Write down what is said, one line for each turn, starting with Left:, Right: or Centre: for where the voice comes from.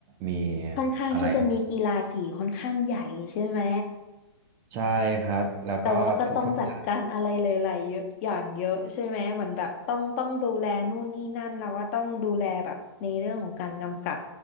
Right: มี
Left: ค่อนข้างที่จะมีกีฬาสีค่อนข้างใหญ่ใช่ไหม
Right: อะไรใช่ครับแล้วก็ทุกช่วงเวลา
Left: แต่ว่าก็ต้องจัดการอะไรหลายๆเยอะอย่างเยอะใช่ไหมเหมือนแบบต้องต้องดูแลนู่นนี่นั่นแล้วก็ต้องดูแลแบบในเรื่องของการกำกับ